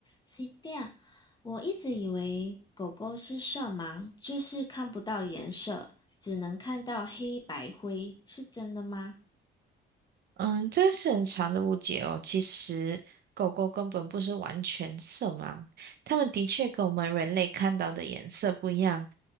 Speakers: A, on the left; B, on the right.
A: 是这我一直以为狗狗是色盲，就是看不到颜色，只能看到黑白灰，是真的吗？
B: 嗯，这个是很长的误解哦。其实狗狗根本不是完全色盲，它们的确跟我们人类看到的颜色不一样，